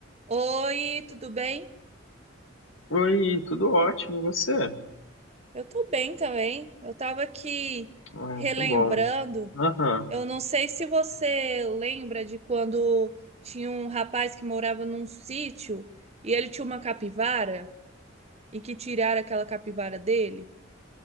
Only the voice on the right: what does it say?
Oi, tudo bem?
Eu tô bem também. Eu tava aqui
relembrando.
Eu não sei se você lembra de quando tinha um rapaz que morava num sítio e ele tinha uma capivara e que tiraram aquela capivara dele.